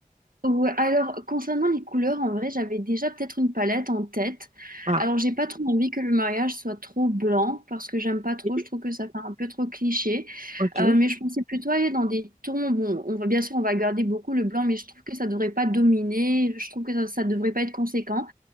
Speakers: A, on the right (about 75°); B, on the right (about 50°).
A: Ouais, alors concernant les couleurs, en vrai, j'avais déjà peut-être une palette en tête.
B: Ah.
A: Alors j'ai pas trop envie que le mariage soit trop blanc parce que j'aime pas trop,
B: Oui.
A: je trouve que ça fait un peu trop cliché.
B: Ok.
A: Euh, mais je pensais plutôt aller dans des tons. Bon, on va bien sûr on va garder beaucoup le blanc, mais je trouve que ça devrait pas dominer. Je trouve que ça, ça devrait pas être conséquent.